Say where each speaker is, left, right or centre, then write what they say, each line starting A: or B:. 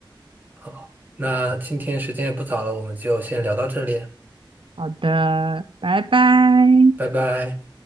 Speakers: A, on the right; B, on the right.
A: 好，那今天时间也不早了，我们就先聊到这里。
B: <laughs> 好的，拜拜。
A: 拜拜。